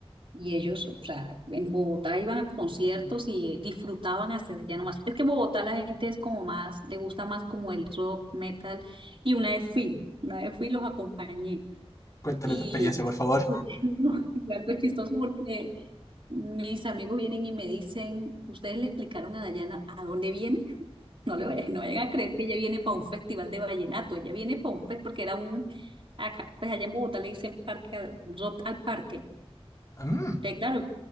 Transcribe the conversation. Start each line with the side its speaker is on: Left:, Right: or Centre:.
Right: y ellos, o sea, en Bogotá iban a conciertos y eh, disfrutaban hacer ya nomás. Es que en Bogotá la gente es como más, le gusta más como el rock, metal, y una vez fui, una vez fui y los acompañé.
Left: cuéntame
Right: Y
Left: tu experiencia, por favor.
Right: <laughs> no, y algo chistoso porque mis amigos vienen y me dicen, ¿ustedes le explicaron a Dayana a dónde viene? <laughs> No le vayan, no vayan a creer que ella viene para un festival de vallenato, ella viene para un festival porque era un, acá, pues allá en Bogotá le dicen parque al, rock al parque.
Left: <laughs> Mm.
Right: Entonces, claro,